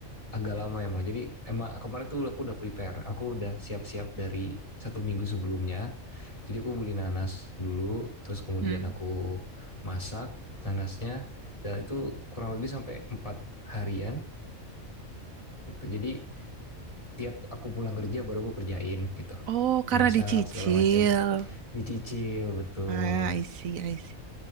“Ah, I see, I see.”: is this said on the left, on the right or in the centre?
Right